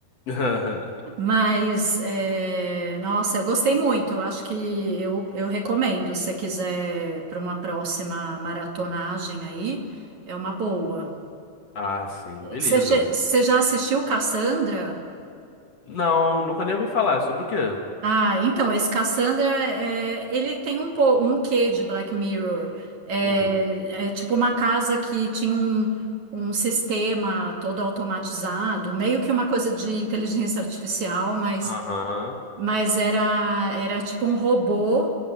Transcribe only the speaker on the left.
<laughs>
Ah, sim, beleza.
Não, nunca nem ouvi falar. Sobre o quê?
Uhum.
Aham.